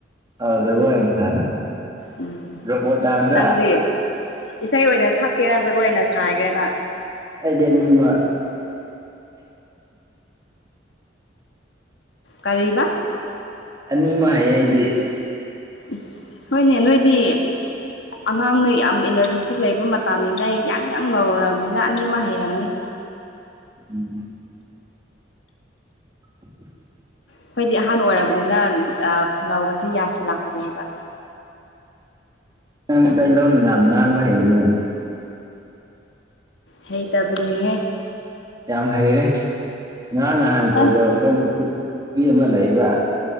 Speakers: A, on the right; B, on the left.
A: ꯍꯖ ꯀꯣꯁꯔ
B: ꯎꯝ
A: ꯔꯣꯄꯣ ꯇꯗꯥꯁ꯭ꯔꯥ
B: ꯅꯪꯗꯤ ꯏꯁꯩ ꯑꯣꯏꯅ ꯁꯛꯀꯦꯔꯥ ꯖꯒꯣꯏ ꯑꯣꯏꯅ ꯁꯥꯈꯔꯦꯅ
A: ꯑꯩꯗꯤ ꯅꯤꯡꯅꯤꯃ
B: ꯀꯥꯔꯤꯕ
A: ꯑꯅꯤ ꯑꯃ ꯍꯥꯏ ꯑꯩꯗꯤ
B: ꯏꯁ ꯍꯣꯏꯅꯦ ꯅꯣꯏꯗꯤ ꯑꯉꯥꯡꯅ ꯌꯥꯝ ꯏꯅꯔꯖꯤꯦꯇꯤꯛ ꯂꯩꯕ ꯃꯇꯝꯅꯤꯅ ꯑꯩ ꯌꯥꯡ ꯌꯥꯡ ꯉꯧꯔꯕꯅꯤꯅ ꯑꯅꯤꯃ ꯍꯩꯔꯝꯅꯤ
A: ꯎꯝ <inaudible>
B: ꯑꯩꯈꯣꯏꯗꯤ ꯑꯍꯥꯟꯕ ꯑꯣꯏꯔꯕꯅꯤꯅ ꯑ ꯈꯨꯅꯧꯒꯁꯦ ꯌꯥꯁꯤꯜꯂꯥꯛꯇ꯭ꯔꯦꯕ
A: ꯅꯪ ꯃꯩꯇꯩ ꯂꯣꯟ ꯍꯥꯝ ꯉꯥꯡꯕ ꯍꯩꯅꯦ
B: ꯍꯩ ꯇꯕꯅꯦꯍꯦ
A: ꯌꯥꯝ ꯍꯩꯔꯦ ꯉꯔꯥꯡ ꯅꯍꯥꯟ ꯀꯣꯜ
B: ꯅꯪ
A: ꯇꯧꯔꯛꯄ ꯅꯨꯄꯤ ꯑꯃ ꯂꯩꯕ